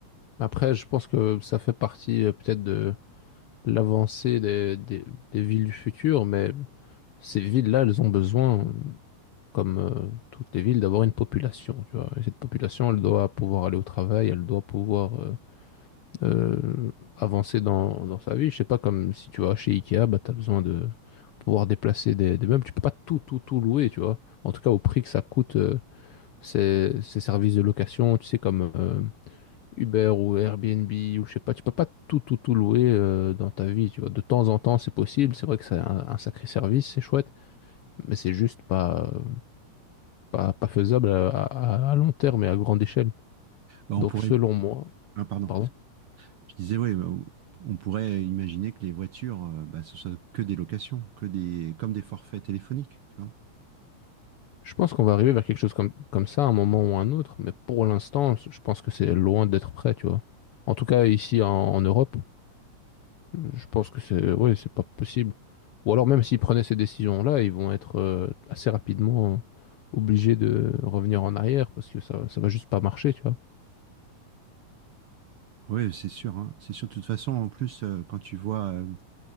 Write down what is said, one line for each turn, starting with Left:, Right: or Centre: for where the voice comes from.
Left: Après, je pense que ça fait partie euh, peut-être de l'avancée des, des- des villes du futur, mais ces villes-là, elles ont besoin comme euh, toutes les villes, d'avoir une population, tu vois. Et cette population, elle doit pouvoir aller au travail, elle doit pouvoir euh, euh, avancer dans, dans sa vie. Je sais pas, comme si tu vas chez Ikea, bah, tu as besoin de pouvoir déplacer des, des meubles. Tu peux pas tout, tout, tout louer, tu vois. En tout cas, au prix que ça coûte, euh, ces, ces services de location, tu sais, comme euh, Uber ou Airbnb ou je sais pas, tu peux pas tout, tout, tout louer euh, dans ta vie, tu vois. De temps en temps, c'est possible. C'est vrai que c'est un, un sacré service, c'est chouette, mais c'est juste pas, euh, pas, pas faisable à, à- à long terme et à grande échelle.
Right: Bah, on
Left: Donc,
Right: pourrait,
Left: selon moi,
Right: ah, pardon,
Left: pardon,
Right: je disais oui, bah, on pourrait imaginer que les voitures, euh, bah, ce soit que des locations, que des, comme des forfaits téléphoniques, tu vois.
Left: je pense qu'on va arriver vers quelque chose comme, comme ça à un moment ou à un autre, mais pour l'instant, je pense que c'est loin d'être prêt, tu vois. En tout cas, ici en, en Europe, je pense que c'est ouais, c'est pas possible. Ou alors, même s'ils prenaient ces décisions-là, ils vont être euh, assez rapidement euh, obligés de revenir en arrière parce que ça, ça va juste pas marcher, tu vois.
Right: Oui, c'est sûr, hein. C'est sûr. De toute façon, en plus, euh, quand tu vois euh,